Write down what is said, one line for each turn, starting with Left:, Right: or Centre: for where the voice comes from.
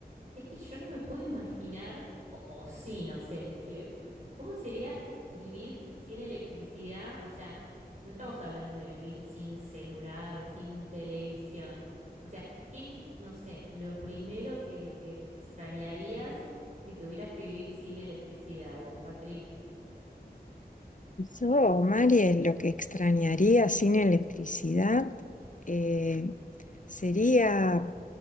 Right: Si Es que yo no me puedo imaginar, o, o sí, no sé, sí, ve- ¿cómo sería vivir sin electricidad? O sea, no estamos hablando de vivir sin celular, sin televisión. O sea, ¿qué es, no sé, lo primero que, que extrañarías si tuvieras que vivir sin electricidad vos, Patri?
Left: Yo, Mari, lo que extrañaría sin electricidad eh, sería,